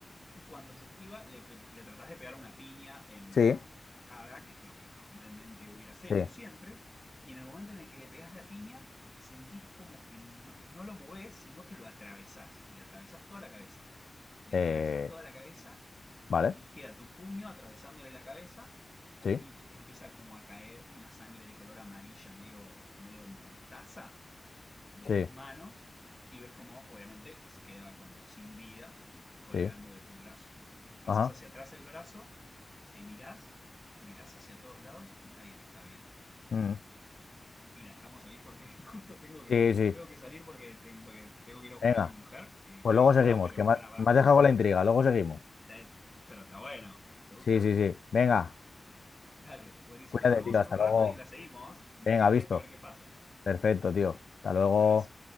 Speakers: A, on the left (about 15°); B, on the left (about 80°).
A: Y cuando se esquiva, le, pe- le tratás de pegar una piña en
B: Sí,
A: la, en la cara, que es lo que normalmente hubieras hecho
B: sí.
A: siempre. Y en el momento en el que le pegás la piña, sentís como que no, no lo movés, sino que lo atravesás. Y le atravesás toda la cabeza. Le
B: Eh,
A: atravesás toda la cabeza
B: vale,
A: y queda tu puño atravesándole la cabeza
B: sí,
A: y empieza como a caer una sangre de color amarilla, medio, medio mostaza, de
B: sí,
A: tus manos y ves como, obviamente, se queda como sin vida colgando
B: sí.
A: de tu brazo. Haces
B: Ajá.
A: hacia atrás el brazo, te mirás, mirás hacia todos lados y nadie te está viendo.
B: mm.
A: Y la dejamos ahí porque <laughs> justo tengo que,
B: Sí, sí.
A: tengo que salir porque, te- porque tengo que ir a buscar
B: Venga,
A: a mi mujer, que,
B: pues
A: que habíamos
B: luego seguimos,
A: quedado, pero
B: que me
A: pará,
B: ha-
A: pará.
B: me has dejado con la intriga, luego seguimos.
A: Eh, Pero está bueno. ¿Te gusta?
B: Sí, sí, sí. Venga,
A: Dale, buenísimo.
B: cuídate,
A: Nos vemos
B: tío, hasta
A: en un
B: luego.
A: rato y la seguimos. Mirá
B: Venga,
A: que tenés
B: visto.
A: que ver qué pasa.
B: Perfecto, tío. Hasta luego.
A: Abrazo.